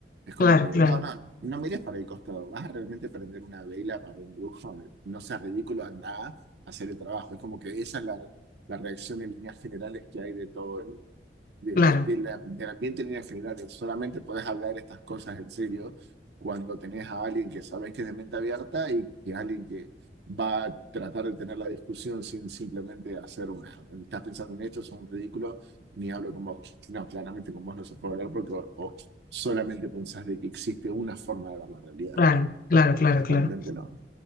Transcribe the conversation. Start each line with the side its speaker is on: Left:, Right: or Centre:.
Right: Es como
Left: claro,
Right: que,
Left: claro,
Right: no, no, no mires para el costado, vas a realmente prender una vela para un brujo, eh, no seas ridículo, anda a hacer el trabajo. Es como que esa es la, la reacción en líneas generales que hay de todo de-
Left: claro,
Right: de- de la- del ambiente en líneas generales. Solamente puedes hablar estas cosas en serio cuando tenés a alguien que sabes que es de mente abierta y que alguien que va a tratar de tener la discusión sin simplemente hacer una, estás pensando en esto, es un ridículo, ni hablo con vos. No, claramente con vos no se puede hablar porque o- o solamente pensás de que existe una forma de ver la realidad.
Left: claro, claro, claro,
Right: Realmente
Left: claro.
Right: no.